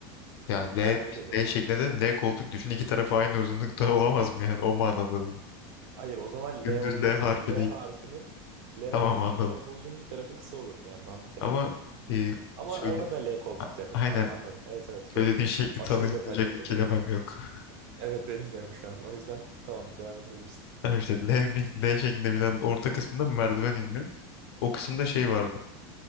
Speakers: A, on the left; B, on the right.
A: Ya L,
B: Ha öyle de
A: L
B: tamam.
A: şeklinde dedim. L koltuk düşün. iki tarafı aynı uzunlukta <laughs> olamaz mı yani? O manada.
B: Hayır o zaman
A: Dümdüz
B: L olmaz.
A: L harfi
B: Yani L
A: değil.
B: harfinin L
A: Tamam
B: harfinin
A: anladım.
B: bir tarafı uzun bir tarafı kısa olur yani mantıken.
A: Ama e,
B: Ama
A: söyle
B: ona da L koltuk
A: a-
B: denir.
A: aynen
B: Tamam anladım. Evet evet çok
A: söylediğin şekli
B: aşırı
A: tanımlayacak
B: detay takıldım
A: bir kelimem
B: yani.
A: yok. <laughs>
B: Evet benim de yok şu an. O yüzden tamam devam edebilirsin.
A: Tamam işte L, bi- L şeklinde binen orta kısmında bir merdiven iniyor. O kısımda şey vardı.